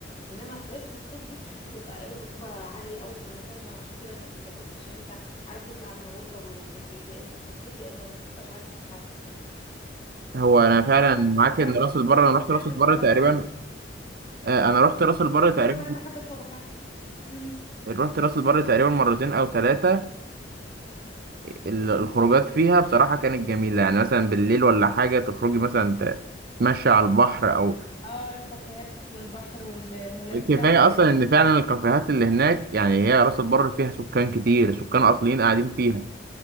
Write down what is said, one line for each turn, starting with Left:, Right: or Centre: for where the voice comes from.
Left: إنما في عز الصيف دي صحيح بتبقى إيه الرطوبة عالية أوي في المكان فعشان كده ما بتحسش إن أنت عارف تطلع من غرفة ومن التكييف يا إما في التكييف يا إما ما بتبقاش عارف تتحرك
Right: هو انا فعلا
Left: أما بقى
Right: معاك
Left: في البر
Right: ان راس البر انا
Left: تحدث
Right: رحت راس البر
Left: ولا
Right: تقريبا
Left: حرج
Right: آه، انا رحت راس البر
Left: البر
Right: تقريبا
Left: بقى تحدث ولا حرج امم
Right: رحت راس البر تقريبا مرتين او ثلاثه الخروجات فيها بصراحه كانت جميله يعني مثلا بالليل ولا حاجه تخرجي مثلا ت- تمشي على البحر او
Left: اه الكافيهات والبحر والمولات
Right: كفايه
Left: لا جميل
Right: اصلا ان فعلا الكافيهات اللي هناك يعني هي راس البر فيها سكان كتير سكان اصليين قاعدين فيها